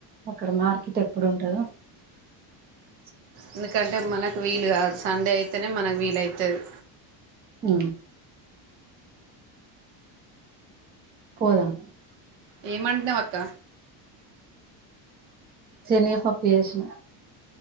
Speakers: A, on the right; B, on the right.
A: అక్కడ మార్కెట్ ఎప్పుడుంటంది థ
B: ఎందుకంటే మనకు వీలు కాదు సండే అయితేనే మనకు వీలవుతుంది
A: అ పోదాం
B: అ ఏమంటావ్ అక్క
A: సని పా పయేసిన